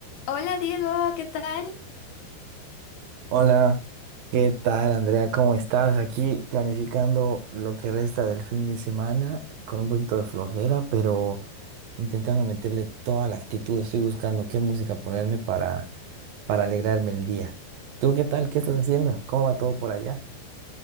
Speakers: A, on the left; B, on the right.
A: Hola Diego, ¿qué tal?
B: Hola, ¿qué tal Andrea? ¿Cómo estás? Aquí planificando lo que resta del fin de semana con un poquito de flojera, pero intentando meterle toda la actitud. Estoy buscando qué música ponerme para, para alegrarme el día. ¿Tú qué tal? ¿Qué estás haciendo? ¿Cómo va todo por allá?